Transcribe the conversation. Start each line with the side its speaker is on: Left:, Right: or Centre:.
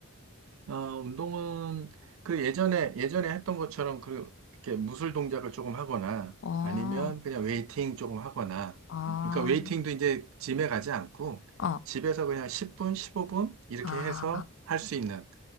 Right: 어, 운동은 그 예전에 예전에 했던 것처럼 그 이렇게 무술 동작을 조금 하거나
Left: 어,
Right: 아니면 그냥 웨이팅 조금 하거나
Left: 아,
Right: 그러니까 웨이팅도 이제 짐에 가지 않고
Left: 어,
Right: 집에서 그냥 10분, 15분 이렇게
Left: 아,
Right: 해서 할 수 있는.